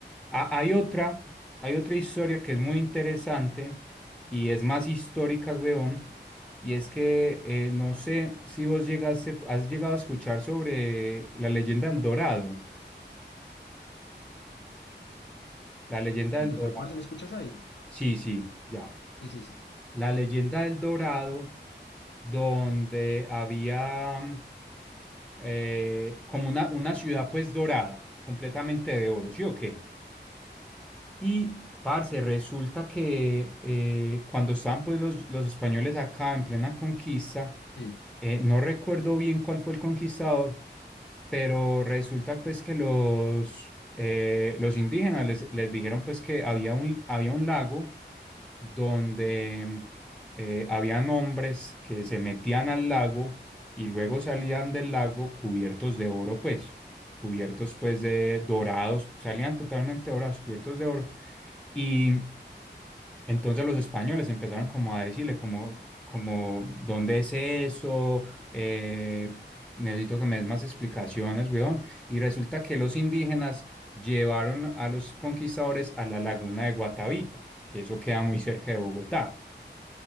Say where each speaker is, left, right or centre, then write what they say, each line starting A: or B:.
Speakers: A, in the centre; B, on the left (about 70°).
A: Ha- hay otra, hay otra historia que es muy interesante y es más histórica, weón, y es que eh, no sé si vos llegaste, has llegado a escuchar sobre la leyenda del Dorado. La leyenda
B: Y
A: del
B: total,
A: Dorado.
B: parce, ¿me escuchas ahí?
A: Sí, sí, ya.
B: Sí, sí, sí.
A: La leyenda del Dorado, donde había eh, como una, una ciudad pues dorada, completamente de oro, ¿sí o qué? Y, parce, resulta que eh, cuando estaban pues los, los españoles acá en plena conquista,
B: Sí,
A: eh, no recuerdo bien cuál fue el conquistador, pero resulta pues que los, eh, los indígenas les, les dijeron pues que había un, había un lago donde eh, habían hombres que se metían al lago y luego salían del lago cubiertos de oro, pues, cubiertos pues de dorados, salían totalmente dorados, cubiertos de oro. Y entonces los españoles empezaron como a decirle como, como, ¿dónde es eso? Eh, necesito que me des más explicaciones, weón. Y resulta que los indígenas llevaron a los conquistadores a la laguna de Guatavita, que eso queda muy cerca de Bogotá.